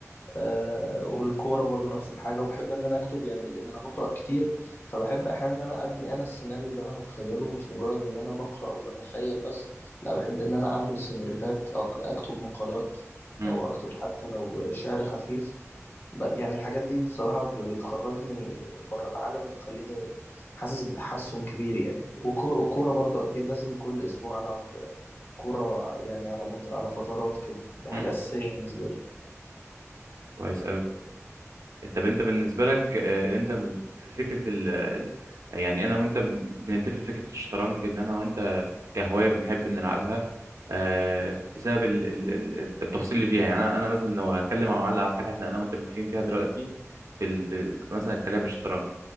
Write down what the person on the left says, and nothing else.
آه والكورة برضو نفس الحاجة وبحب ان انا اكتب يعني لان انا بقرأ كتير فبحب احيانا ان انا ابني انا السيناريو اللي انا هتخيله مش مجرد ان انا بقرأ وبتخيل بس لا بحب ان انا اعمل سيناريوهات او اكتب مقالات
او اكتب حتى لو شعر خفيف ب- يعني الحاجات دي بصراحة ب- بتخرجني بره العالم بتخليني حاسس بتحسن كبير يعني وكو- والكورة برضو أكيد لازم كل أسبوع ألعب كورة يعني على مت... على فترات كده دي
حاجة أساسية بالنسبة
لي